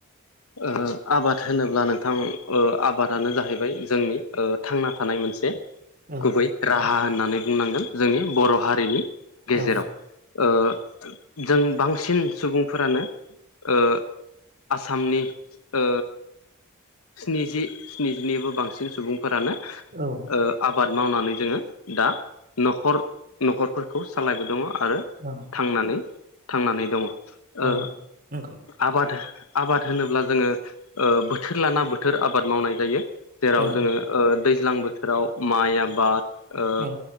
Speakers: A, on the left; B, on the right.
A: ओ आबाद होनोब्ला नोंथां आबादानो जाहैबाय जोंनि ओ थांना थानाय मोनसे
B: औ
A: गुबै राहा होननानै बुंनांगोन। जोंनि बर' हारिनि गेजेराव
B: औ
A: ओ जों बांसिन सुबुंफोरानो ओ आसामनि ओ स्निजि स्निजिनिबो बांसिन सुबुं फोरानो
B: औ
A: ओ आबाद मावनानै जोङो दा न'खर न'खरफोरखौ सालायबाय दङ। आरो
B: औ
A: थांनानै थांनानै दङ।
B: औ
A: ओ
B: नंगौ
A: आबाद आबाद होनोब्ला जोङो बोथोर लाना बोथोर आबाद मावनाय जायो जेराव
B: औ
A: जोङो ओ दैज्लां बोथोराव माइ आबाद ओ
B: औ